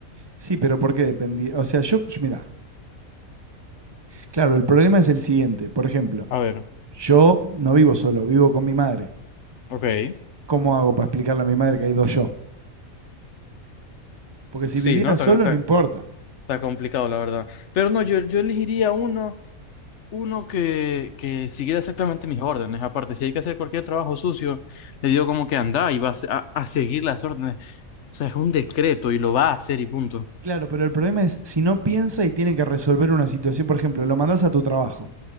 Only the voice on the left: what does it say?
A ver,
ok.
Sí,
¿no? Está,
está-
está complicado, la verdad. Pero no, yo, yo elegiría uno, uno que, que siguiera exactamente mis órdenes. Aparte, si hay que hacer cualquier trabajo sucio, le digo como que anda y va a, se- a a seguir las órdenes. O sea, es un decreto y lo va a hacer y punto.